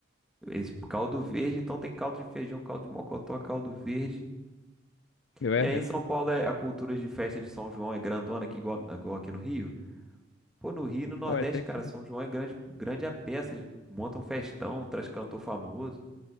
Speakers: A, in the centre; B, on the left.
A: Esse caldo verde, então tem caldo de feijão, caldo de mocotó, caldo verde.
B: Meu, É,
A: E aí em
B: é bom.
A: São Paulo é a cultura de festa de São João é grandona, aqui igual, igual aqui no Rio. Pô, no Rio e no Nordeste,
B: Ué, até que,
A: cara, São João é grande, grande a beça. Eles montam festão, traz cantor famoso.